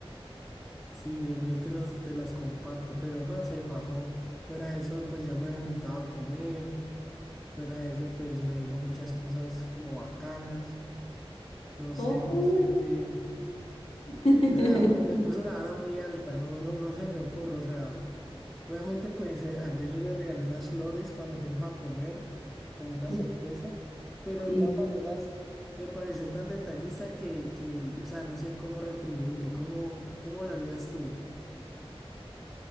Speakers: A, in the centre; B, on the left.
A: Sí, yo, yo te las, te las comparto, pero no, se fajó. Fuera de eso, pues ya me había invitado a comer. Fuera de eso, pues me dijo muchas cosas como bacanas. No sé,
B: Oh.
A: no sé qué.
B: <laughs>
A: O sea, me, me puso la vara muy alta, no, no, no se me ocurre. O sea, obviamente, pues eh, ayer yo le regalé unas flores cuando fuimos a comer, como una
B: Sí,
A: sorpresa, pero
B: sí.
A: de todas maneras me pareció tan detallista que, que o sea, no sé cómo retribuirle, cómo, cómo lo harías tú.